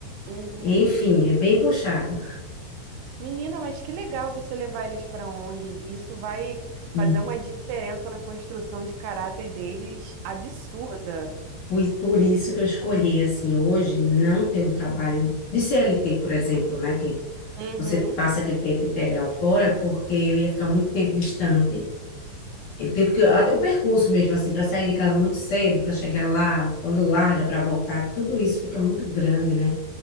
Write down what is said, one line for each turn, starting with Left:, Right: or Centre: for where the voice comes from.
Right: Uhum.
Left: Enfim, é bem puxado.
Right: Menina, mas que legal você levar eles para ONG. Isso vai fazer
Left: Hum,
Right: uma diferença na construção de caráter deles absurda.
Left: Por, por isso que eu escolhi, assim, hoje não ter um trabalho de CLT, por exemplo, né? Que
Right: Uhum,
Left: você passa aquele tempo integral fora, porque eu ia ficar muito tempo distante. E O tempo que eu- até o percurso mesmo, assim, para sair de casa muito cedo, para chegar lá, quando larga para voltar, tudo isso fica muito grande, né?